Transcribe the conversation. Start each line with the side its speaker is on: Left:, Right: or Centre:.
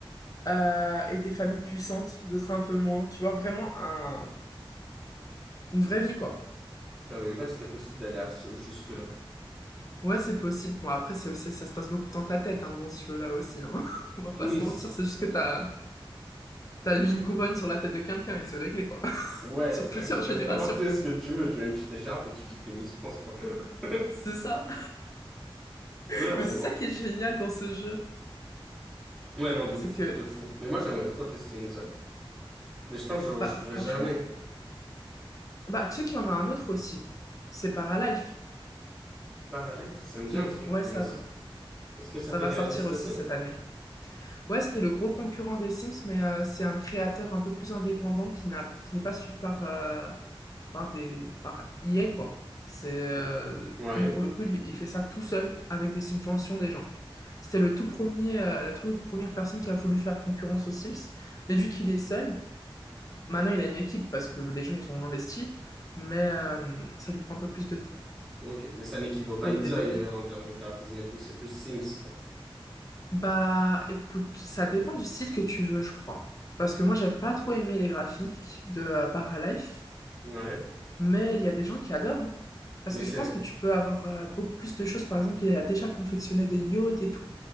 Left: euh, et des familles puissantes, d'autres un peu moins. Tu vois, vraiment un, une vraie vie, quoi.
Centre: savais même pas que c'était possible d'aller à ce- jusque-là.
Left: Ouais, c'est possible. Bon, après, c'est aussi, ça se passe beaucoup dans ta tête, hein, dans ce jeu-là aussi. hein. <laughs> On va pas
Centre: Oui.
Left: se mentir, c'est juste
Centre: c'est-
Left: que t'as, t'as
Centre: vrai
Left: mis
Centre: que tu
Left: une couronne sur la tête de quelqu'un et c'est réglé, quoi. <laughs>
Centre: Ouais,
Left: Sur
Centre: c'est
Left: plusieurs
Centre: vrai que tu peux
Left: générations.
Centre: te demander ce que tu veux. Tu mets une petite écharpe et tu dis que t'es Miss France, quoi. <laughs>
Left: C'est ça. <laughs>
Centre: Ouais, bon,
Left: Mais c'est ça
Centre: hein.
Left: qui est génial dans ce jeu.
Centre: Ouais, non, de
Left: C'est
Centre: ouf,
Left: que,
Centre: de fou. Mais moi, j'aimerais trop tester une zone. Mais je pense que
Left: bah,
Centre: je, je pourrais
Left: franchement,
Centre: jamais.
Left: bah, tu sais qu'il y en a un autre aussi. C'est Paralife.
Centre: Paralife, ça me
Left: Qui...
Centre: dit un truc,
Left: Ouais, ça
Centre: mais c-
Left: va.
Centre: est-ce que ça
Left: Ça
Centre: fait
Left: va
Centre: réaliste
Left: sortir aussi
Centre: aussi?
Left: cette année. Ouais, c'était le gros concurrent des Sims, mais euh, c'est un créateur un peu plus indépendant qui n'a, qui n'est pas suivi par, euh, par des, par EA, quoi. C'est, euh,
Centre: Oui. Ouais,
Left: lui, pour le coup, il, il fait ça tout seul avec des subventions des gens. C'était le tout premier, euh, la toute première personne qui a voulu faire concurrence aux Sims. Mais vu qu'il est seul, maintenant il a une équipe parce que les gens, ils ont investi, mais euh, ça lui prend un peu plus de temps
Centre: ok. Mais ça n'équivaut pas
Left: pour
Centre: à une
Left: le développer.
Centre: zone euh, en termes de graphisme et tout. C'est plus Sims, quoi.
Left: Bah, écoute, ça dépend du style que tu veux, je crois. Parce que moi, j'ai pas trop aimé les graphiques de euh, Paralife,
Centre: Ouais,
Left: mais il y a des gens qui adorent. hein. Parce
Centre: mais
Left: que
Centre: c'est...
Left: je pense que tu peux avoir euh, beaucoup plus de choses. Par exemple, il a déjà confectionné des yachts et tout.